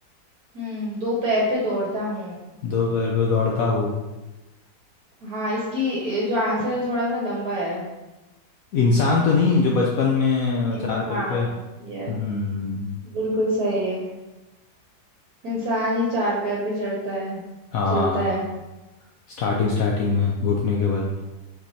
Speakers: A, on the right (about 60°); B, on the left (about 75°).
A: हम्म दो पैर पे दौड़ता हूँ
B: दो पैर पर दौड़ता हूँ
A: हाँ इसकी ए, जो आंसर है थोड़ा सा लंबा है
B: इंसान तो नहीं है जो बचपन में
A: इंसान
B: चार पैर पे हम्म
A: ये बिल्कुल सही है, इंसान ही चार पैर पे चढ़ता है
B: हाँ
A: चलता है
B: स्टार्टिंग स्टार्टिंग में घुटने के बल